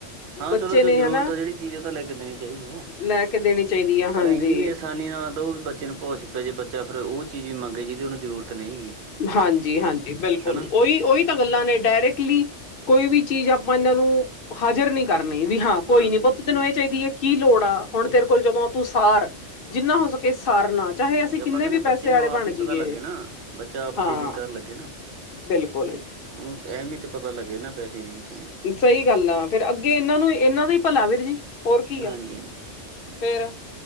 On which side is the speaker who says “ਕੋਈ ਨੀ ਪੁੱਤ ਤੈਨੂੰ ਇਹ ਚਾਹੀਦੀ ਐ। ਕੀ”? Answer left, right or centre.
Left